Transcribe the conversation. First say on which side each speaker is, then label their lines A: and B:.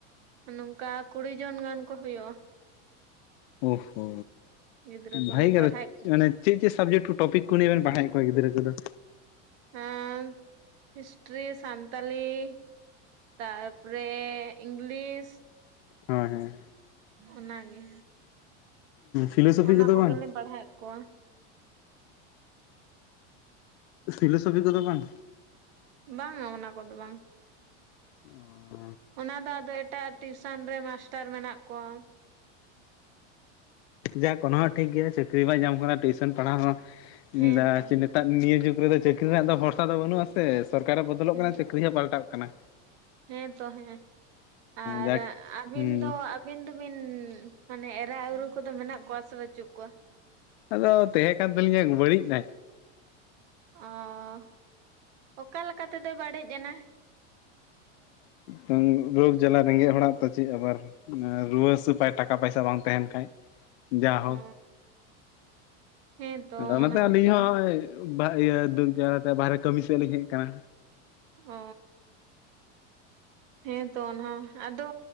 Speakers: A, on the right (about 70°); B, on the left (about 60°).
A: ᱱᱚᱝᱠᱟ ᱠᱩᱲᱤ ᱡᱚᱱ ᱜᱟᱱ ᱠᱚ ᱦᱩᱭᱩᱜ-ᱟ᱾
B: ᱚ ᱦᱳ
A: ᱜᱤᱫᱽᱨᱟᱹ ᱠᱚᱞᱤᱧ
B: ᱵᱷᱟᱜᱮ ᱜᱮᱫᱚ
A: ᱯᱟᱲᱦᱟᱣᱮᱫ ᱠᱚᱣᱟ᱾
B: ᱢᱟᱱᱮ ᱪᱮᱫ ᱪᱮᱫ ᱥᱟᱵᱡᱮᱴ ᱠᱚ ᱴᱚᱯᱤᱠ ᱠᱚ ᱱᱤᱭᱮ ᱵᱮᱱ ᱯᱟᱲᱦᱟᱣᱮᱫ ᱠᱚᱣᱟ ᱜᱤᱫᱽᱨᱟᱹ ᱠᱚᱫᱚ?
A: ᱦᱮᱸ ᱦᱤᱥᱴᱨᱤ ᱥᱟᱱᱛᱟᱞᱤ ᱛᱟᱨᱯᱚᱨᱮ ᱤᱝᱞᱤᱥ
B: ᱦᱚᱭ ᱦᱚᱭ᱾
A: ᱚᱱᱟ ᱜᱮ
B: ᱯᱷᱤᱞᱳᱥᱚᱯᱷᱤ
A: ᱚᱱᱟ
B: ᱠᱚᱫᱚ
A: ᱠᱚᱜᱮᱞᱤᱧ
B: ᱵᱟᱝ
A: ᱯᱟᱲᱦᱟᱣᱮᱫ ᱠᱚᱣᱟ᱾
B: ᱥᱷᱤᱞᱳᱥᱚᱯᱷᱤ ᱠᱚᱫᱚ ᱵᱟᱝ?
A: ᱵᱟᱝᱟ ᱚᱱᱟ ᱠᱚᱫᱚ ᱵᱟᱝ᱾
B: ᱚ
A: ᱚᱱᱟ ᱫᱚ ᱟᱫᱚ ᱮᱴᱟᱜ ᱴᱤᱭᱩᱥᱚᱱ ᱨᱮ ᱢᱟᱥᱴᱟᱨ ᱢᱮᱱᱟᱜ ᱠᱚᱣᱟ᱾
B: ᱡᱟᱠ ᱚᱱᱟ ᱦᱚᱸ ᱴᱷᱤᱠ ᱜᱮᱭᱟ ᱪᱟᱹᱠᱨᱤ ᱵᱟᱭ ᱧᱟᱢ ᱠᱟᱱᱟ ᱴᱤᱭᱩᱥᱚᱱ ᱯᱟᱲᱦᱟᱣ ᱦᱚᱸ
A: ᱦᱮᱸ
B: ᱤᱱᱫᱟ
A: ᱛᱚ
B: ᱪᱮᱫ ᱱᱮᱛᱟᱨ ᱱᱤᱭᱟᱹ ᱡᱩᱜᱽ ᱨᱮᱫᱚ ᱪᱟᱹᱠᱨᱤ ᱨᱮᱱᱟᱜ ᱫᱚ ᱵᱷᱚᱨᱥᱟ ᱫᱚ ᱵᱟᱹᱱᱩᱜ-ᱟᱥᱮ ᱥᱚᱨᱠᱟᱨ ᱵᱚᱫᱚᱞᱚᱜ
A: ᱦᱮᱸ
B: ᱠᱟᱱᱟ ᱪᱟᱹᱠᱨᱤ ᱦᱚᱸ ᱯᱟᱞᱴᱟᱜ ᱠᱟᱱᱟ᱾
A: ᱦᱮᱸ ᱛᱚ ᱦᱮᱸ ᱟᱨ
B: ᱡᱟᱠ
A: ᱟᱹᱵᱤᱱ
B: ᱦᱩᱸ
A: ᱫᱚ? ᱟᱹᱵᱤᱱ ᱫᱩᱵᱤᱱ ᱢᱟᱱᱮ ᱮᱨᱟ ᱩᱨᱩ ᱠᱚᱫᱚ ᱢᱮᱱᱟᱜ ᱠᱚᱣᱟ ᱥᱮ ᱵᱟᱹᱪᱩᱜ ᱠᱚᱣᱟ?
B: ᱟᱫᱚ ᱛᱮᱦᱮᱸ ᱠᱟᱱ ᱛᱟᱹᱟᱞᱤᱧᱟᱭ ᱵᱟᱹᱲᱤᱡ ᱱᱟᱭ᱾
A: ᱚᱸ ᱚᱠᱟ ᱞᱮᱠᱟ ᱛᱮᱫᱚᱭ ᱵᱟᱹᱲᱤᱡ ᱮᱱᱟ?
B: ᱦᱮᱸ ᱨᱳᱜᱽ ᱡᱟᱞᱟ ᱨᱮᱸᱜᱮᱡ ᱦᱚᱲᱟᱜ ᱛᱚ ᱪᱮᱫ ᱟᱵᱟᱨ ᱨᱩᱣᱟᱹ ᱦᱟᱹᱥᱩ ᱯᱟᱭ ᱴᱟᱠᱟ ᱯᱟᱭᱥᱟ ᱵᱟᱝ ᱛᱟᱦᱮᱱ ᱠᱷᱟᱡ᱾ ᱡᱟ ᱦᱳᱠ
A: ᱚ ᱦᱮᱸᱛᱚ
B: ᱟᱫᱚ ᱚᱱᱟᱛᱮ
A: ᱚᱱᱟ
B: ᱟᱹᱞᱤᱧ
A: ᱦᱚᱸᱛᱚ
B: ᱦᱚᱸ ᱟᱹ ᱵᱟᱜ ᱤᱭᱟᱹ ᱫᱩᱠ ᱡᱟᱞᱟᱛᱮ ᱵᱟᱦᱨᱮ ᱠᱟᱹᱢᱤ ᱥᱮᱫ ᱞᱤᱧ ᱦᱮᱡ ᱠᱟᱱᱟ
A: ᱚᱻ...... ᱦᱮᱸᱛᱚ ᱚᱱᱟ ᱦᱚᱸ ᱟᱫᱚ